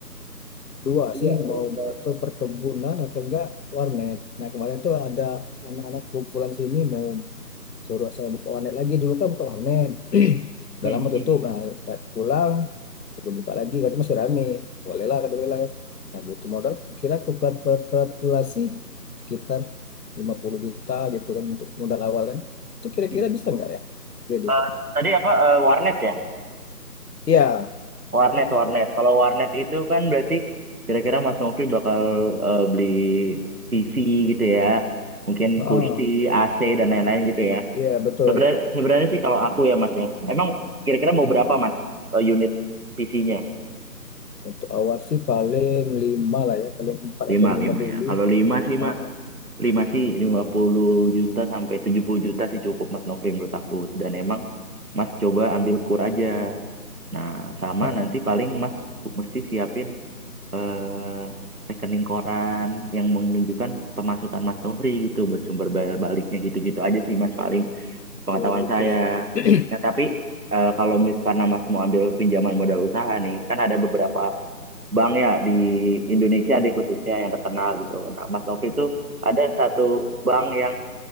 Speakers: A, on the left; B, on the right.
A: dua
B: Iya,
A: sih
B: itu
A: mau
B: udah-
A: atau perkebunan atau enggak warnet. Nah kemarin tuh ada anak-anak kumpulan sini mau suruh saya buka warnet lagi dulu kan buka warnet. <clears throat> Udah
B: Hmm,
A: lama
B: hmm,
A: tutup. Nah udah pulang suruh buka lagi katanya masih rame. Boleh lah kata gue bilang. kan. Nah butuh modal kira kalkulasi sekitar 50 juta gitu kan untuk modal awal kan. Itu kira-kira
B: hmm.
A: bisa enggak ya? Jadi
B: Eh, tadi apa eh, warnet ya?
A: iya,
B: Warnet, warnet. Kalau warnet itu kan berarti kira-kira Mas Nofri bakal eh, beli PC gitu ya, mungkin
A: heeh.
B: kursi, AC dan lain-lain gitu ya.
A: Iya betul.
B: Sebenarnya, sebenarnya sih kalau aku ya Mas ya, emang kira-kira mau berapa Mas eh, unit PC-nya?
A: Untuk awal sih paling lima lah ya, paling empat
B: Lima,
A: atau lima
B: lima
A: dulu.
B: ya. Kalau lima sih
A: Heeh,
B: Mas. lima sih lima puluh juta sampai 70 juta sih cukup Mas Nofri menurut aku dan emang Mas coba ambil kur aja nah sama
A: heeh.
B: nanti paling Mas ku- mesti siapin eh, rekening koran yang menunjukkan pemasukan Mas Nofri gitu buat sumber bayar baliknya gitu-gitu aja sih Mas paling pengetahuan
A: Oh itu
B: saya
A: ya. <clears throat>
B: nah tapi eh, kalau misalnya Mas mau ambil pinjaman modal usaha nih kan ada beberapa bank ya di Indonesia deh khususnya yang terkenal gitu. Nah, Mas Novi itu ada satu bank yang